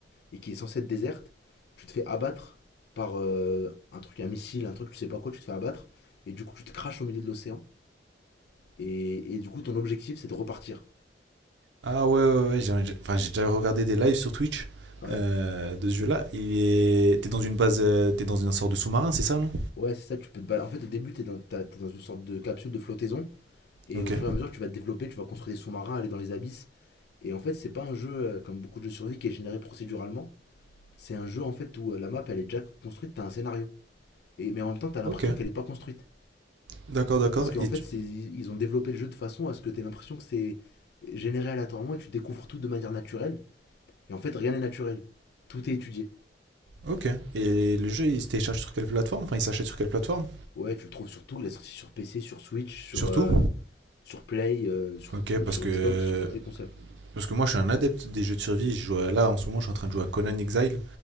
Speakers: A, on the left (about 65°); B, on the right (about 90°).
A: et qui est censée être déserte, tu te fais abattre par euh, un truc, un missile, un truc, tu sais pas quoi, tu te fais abattre. Et du coup, tu te craches au milieu de l'océan. Et, et du coup, ton objectif, c'est de repartir.
B: Ah ouais, ouais, ouais. J'ai enfin, j'ai déjà regardé des lives sur Twitch
A: Ouais,
B: euh, de ce jeu-là. Il est, t'es dans une base, euh, t'es dans une sorte de sous-marin, c'est ça, non?
A: Ouais, c'est ça, tu peux te balader. En fait, au début, t'es dans, t'as- t'es dans une sorte de capsule de flottaison, et
B: Ok,
A: au fur et à mesure, tu vas te développer, tu vas construire des sous-marins, aller dans les abysses. Et en fait, c'est pas un jeu euh, comme beaucoup de jeux de survie qui est généré procéduralement. C'est un jeu en fait où euh, la map elle est déjà construite, t'as un scénario. Et, mais en même temps, t'as l'impression
B: ok.
A: qu'elle est pas construite.
B: D'accord, d'accord.
A: Parce qu'en
B: Et
A: fait,
B: tu-
A: c'est- ils ils ont développé le jeu de façon à ce que t'aies l'impression que c'est généré aléatoirement et tu découvres tout de manière naturelle. Et en fait, rien n'est naturel. Tout est étudié.
B: ok. Et le jeu, il se télécharge sur quelle plateforme? Enfin, il s'achète sur quelle plateforme?
A: Ouais, tu le trouves surtout, il est sorti sur PC, sur Switch, sur,
B: Surtout?
A: euh, sur Play, euh, sur,
B: Ok, parce
A: sur
B: que
A: Xbox, sur toutes les consoles.
B: parce que moi, je suis un adepte des jeux de survie. Je joue à- là en ce moment, je suis en train de jouer à Conan Exile.